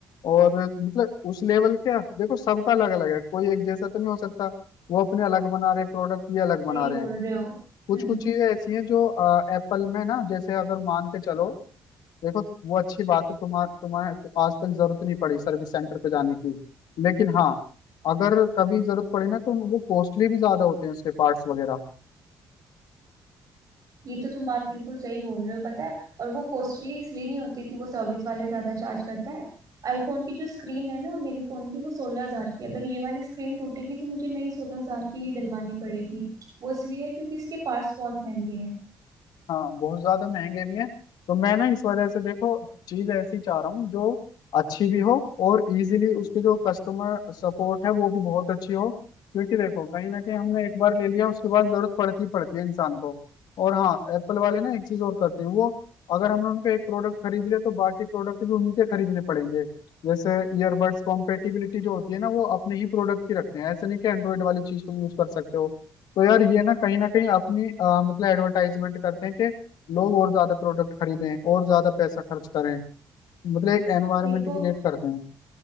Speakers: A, on the left (about 75°); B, on the right (about 55°).
A: और मतलब उस लेवल के देखो सबका अलग अलग है कोई एक जैसा तो नहीं हो सकता वो अपने अलग बना रहे प्रोडक्ट ये अलग बना
B: सही
A: रहे
B: बोल
A: हैं
B: रहे हो
A: कुछ
B: हम्म
A: कुछ चीजें ऐसी हैं जो एप्पल में ना जैसे अगर मान के चलो देखो वो अच्छी बात है तुम्हार तुम्हें तो आज तक जरूरत नहीं पड़ी सर्विस सेंटर पे जाने की लेकिन हाँ अगर कभी जरूरत पड़ी ना तो वो कॉस्टली भी ज्यादा होते हैं उसके पार्ट्स वगैरह
B: ये तो तुम बात बिल्कुल सही बोल रहे हो पता है और वो कॉस्टली इसलिए नहीं होती कि वो सर्विस वाले ज्यादा चार्ज करता है आईफोन की जो स्क्रीन है ना मेरे फोन की वो सोलह हजार की है। अगर ये वाली स्क्रीन टूटेगी तो मुझे नई सोलह हजार की ही डलवानी पड़ेगी वो इसलिए है क्योंकि इसके पार्ट्स बहुत महंगे हैं
A: हाँ बहुत ज्यादा महंगे भी हैं तो मैं ना इस वजह से देखो चीज ऐसी चाह रहा हूँ जो अच्छी भी हो और इजीली उसके जो कस्टमर सपोर्ट है वो भी बहुत अच्छी हो क्योंकि देखो कहीं ना कहीं हमने एक बार ले लिया उसके बाद जरूरत पड़ती ही पड़ती है इंसान को और हाँ एप्पल वाले ना एक चीज और करते हैं वो अगर हमने उनका एक प्रोडक्ट खरीद लिया तो बाकी प्रोडक्ट भी उन्हीं के खरीदने पड़ेंगे जैसे ईयरबड्स कॉम्पेटिबिलिटी जो होती है ना वो अपने ही प्रोडक्ट की रखते हैं ऐसे नहीं कि एंड्रॉइड वाली चीज तुम यूज कर सकते हो तो यार ये ना कहीं ना कहीं अपनी अ, मतलब एडवर्टाइजमेंट करते हैं कि लोग और ज्यादा प्रोडक्ट खरीदें और ज्यादा पैसा खर्च करें मतलब एक एनवायरनमेंट
B: देखो
A: क्रिएट करते हैं